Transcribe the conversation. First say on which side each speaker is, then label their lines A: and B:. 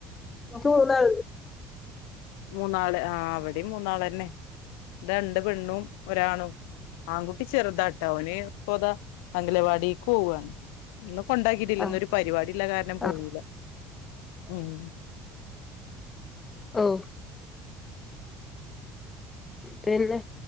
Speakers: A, on the left; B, on the left.
A: ഇൻക്ക് മൂന്നാള്
B: മൂന്നാള് ആ ഇവടിം മൂന്നാളന്നെ രണ്ട് പെണ്ണും ഒരാണും ആൺകുട്ടി ചെറ്താട്ടോ ഓന് ഇപ്പൊതാ അംഗലവാടിക്ക് പോവാണ് ഉണ്ടാക്കിട്ടില്ലന്ന
A: ആഹ്
B: ഒരു പരിപാടിള്ള കാരണം പോവില്ല
A: ആഹ്
B: ഉം
A: ഓ പിന്നെ